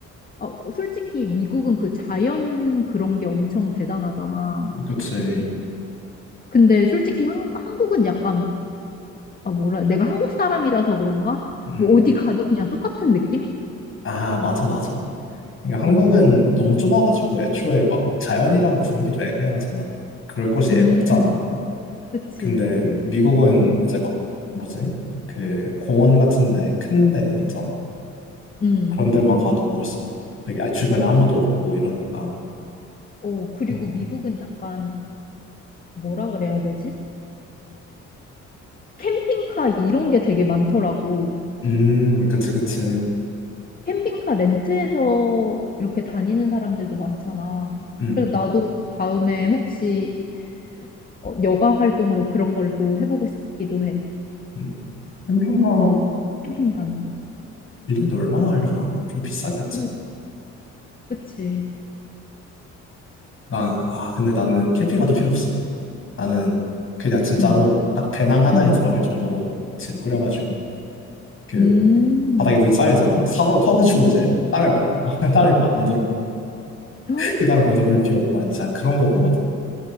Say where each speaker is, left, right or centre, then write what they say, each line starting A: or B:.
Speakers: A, on the left (about 30°); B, on the left (about 45°).
A: 어, 솔직히 미국은 그 자연 그런 게 엄청 대단하잖아.
B: 그치,
A: 근데 솔직히 한, 한국은 약간, 아, 뭐라, 내가 한국 사람이라서 그런가?
B: 음,
A: 뭐 어디 가도 그냥 똑같은 느낌?
B: 아, 맞아, 맞아. 그러니까
A: 어,
B: 한국은 너무 좁아가지고 애초에 막 자연이라고 부르기도 애매하잖아. 그럴 곳이
A: 음.
B: 애- 없잖아.
A: 그치,
B: 근데
A: 그치.
B: 미국은 이제 막 뭐지? 그 공원 같은데 큰데 있잖아.
A: 음.
B: 그런 데만 가도 벌써 되게 아- 주변에 아무도 없고 이러니까.
A: 어, 그리고
B: 어.
A: 미국은 약간 그 뭐라 그래야 되지? 캠핑카 이런 게 되게 많더라고.
B: 음, 그치, 그치.
A: 캠핑카 렌트해서 이렇게 다니는 사람들도 많잖아.
B: 음,
A: 그래서 나도 다음에 혹시 어, 여가 활동으로 그런 걸 또 해보고 싶기도 해.
B: 음. 캠핑가
A: 음, 캠핑 가는 거.
B: 빌리는데 얼마나 하려나? 좀 비싸겠지?
A: 음, 그치.
B: 나, 아, 근데 나는 캠핑카도 필요 없어. 나는 그냥 진짜로
A: 음,
B: 딱 배낭 하나에
A: 음,
B: 들어갈 정도로 짐 꾸려가지고 그
A: 음.
B: 바닥에 눈 쌓여있잖아? 삽으로 퍼가지고 이제 땅을 막, <laughs> 땅을 막 만들어.
A: 헉,
B: 그 다음에 거기다 불 피워. 난 진짜 그런 거 보거든.